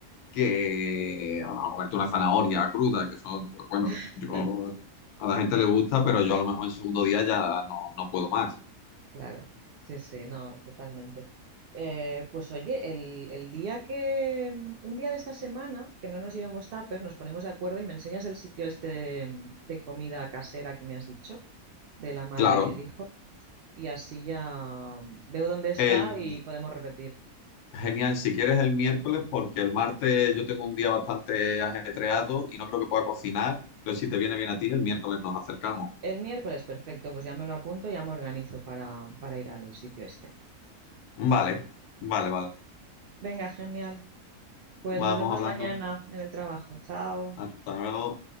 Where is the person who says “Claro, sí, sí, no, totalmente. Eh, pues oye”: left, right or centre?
Right